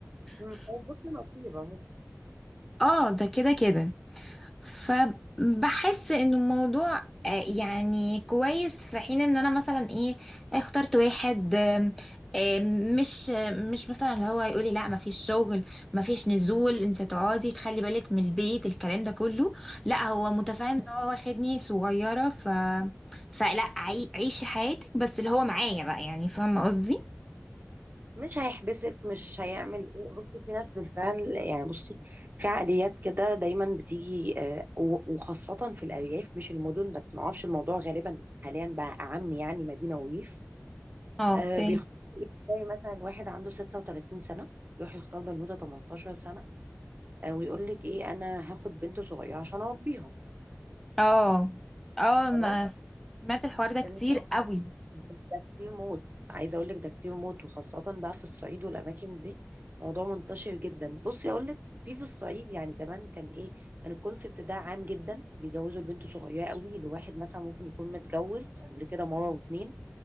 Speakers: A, on the right (about 40°); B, in the centre.
A: مم.
B: ف-
A: أو بص نصيبة ممكن
B: اه ده كده كده فبحس ان الموضوع آه، يعني كويس في حين ان انا مثلا ايه اخترت واحد آم، آم، مش آم، مش مثلا اللي هو يقولي لا مفيش شغل مفيش نزول انت تقعدي تخلي بالك من البيت الكلام ده كله لا هو متفاهم ان هو واخدني صغيرة ف فلا عي- عيشي حياتك بس اللي هو معايا بقى يعني فاهمة قصدي
A: مش هيحبسك مش هيعمل ايه بصي في ناس بالفعل يعني بصي في عقليات كده دايما بتيجي آه، و- وخاصة في الأرياف مش المدن بس معرفش الموضوع غالبا حاليا بقى أعم يعني مدينة وريف
B: اه
A: آه
B: اوكي
A: بيخ... زي مثلا واحد عنده 36 سنة يروح يختار بنوتة 18 سنة آه ويقول لك ايه انا هاخد بنت صغيرة عشان اربيها
B: اه اه انا
A: خلاص
B: سمعت الحوار ده كتير
A: الم-
B: قوي
A: ده كتير موت عايزة اقول لك ده كتير موت وخاصة بقى في الصعيد والاماكن دي موضوع منتشر جدا بصي اقول لك في في الصعيد يعني زمان كان ايه كان الكونسبت ده عام جدا بيجوزوا البنت صغيرة قوي لواحد مثلا ممكن يكون متجوز قبل كده مرة واتنين